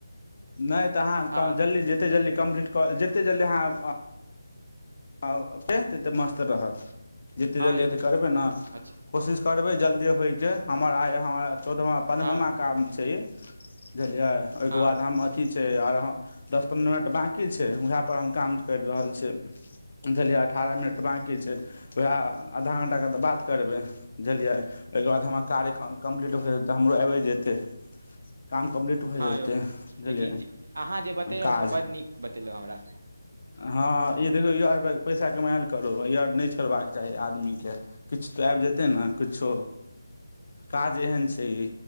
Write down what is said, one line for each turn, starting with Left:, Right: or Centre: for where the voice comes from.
Left: नहि तऽ अहाँ
Right: हँ
Left: जल्दी जेतै जल्दी कम्प्लीट कर जते जल्दी अहाँ आ पे ततेक मस्त रहत जतेक
Right: हँ
Left: जलिय
Right: यौ
Left: एतेक करबै ने
Right: अच्छा
Left: कोशिश करबै जल्दी होइके हमर आइ हमर चौदहमा पन्द्रहमा
Right: हँ
Left: काम छै। बुझलियै ओहिके
Right: हँ
Left: बाद हम अथी छै आर दस पन्द्रह मिनट बकी छै, उएह पर हम काम करि रहल छी। बुझलियै अठारह मिनट बाँकी छै, उएह आधा घण्टाके तऽ बात करबै बुझलियै। ओके बाद हमर कार्य कम्प्लीट होै तऽ हमरो आबिे जेतै काम कम्प्लीट हो
Right: हँ
Left: जेतै
Right: यौ
Left: बुझलियै
Right: लेकिन अहाँ जे बतेलहुँ
Left: काज
Right: से बड नीक बतेलहुँ हमरा
Left: हँ ई देखियौ ई अरप पैसा कमए ल लेल करू ई अर नै छोड़बाक चाही आदमीकेँ किछु तऽ आइब जेतै ने किछो काज एहन छै ई